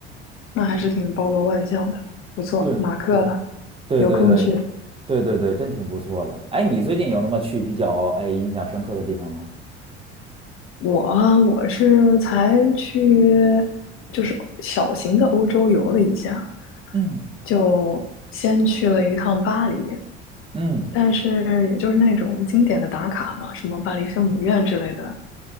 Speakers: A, on the left; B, on the right.
A: 那还是挺包罗万象的，不错。
B: 对
A: 马克了，
B: 对对对对对对对，
A: 有空去。
B: 真挺不错的。哎，你最近有什么去比较哎印象深刻的地方吗？
A: 我啊，我是才去，就是小型的欧洲游了一下，
B: 嗯
A: 就先去了一趟巴黎，
B: 嗯
A: 但是也就是那种经典的打卡嘛，什么巴黎圣母院之类的，